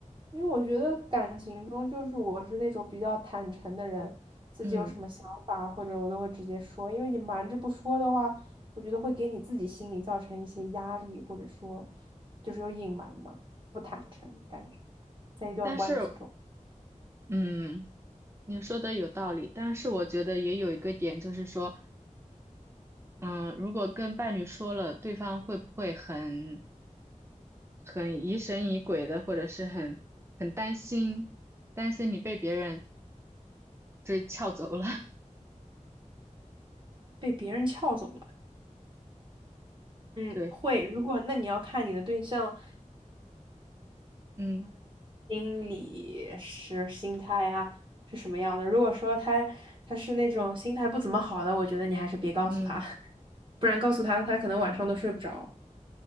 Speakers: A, on the right (about 40°); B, on the right (about 20°).
A: 因为我觉得感情中就是我是那种比较坦诚的人，自己有什么想法或者我都会直接说，
B: 嗯，
A: 因为你瞒着不说的话，我觉得会给你自己心里造成一些压力，或者说就是有隐瞒嘛，不坦诚感觉，在一段关系中
B: 但是，嗯，你说的有道理，但是我觉得也有一个点，就是说，嗯，如果跟伴侣说了，对方会不会很很疑神疑鬼的，或者是很很担心，担心你被别人追撬走了？
A: 被别人撬走了。嗯，
B: <laughs> 对，
A: 会。如果那你要看你的对象。
B: 嗯
A: 心理是心态啊，是什么样的？如果说他他是那种心态不怎么好的，我觉得你还是别告诉他，
B: 嗯，
A: <laughs> 不然告诉他，他可能晚上都睡不着。